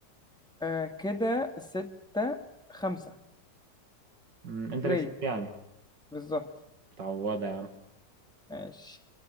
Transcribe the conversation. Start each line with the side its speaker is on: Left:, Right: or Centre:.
Centre: آه كده ستة خمسة
Right: مم، انت
Centre: ليا
Right: اللي كسبت يعني
Centre: بالظبط
Right: متعوضة يا عم
Centre: ماشي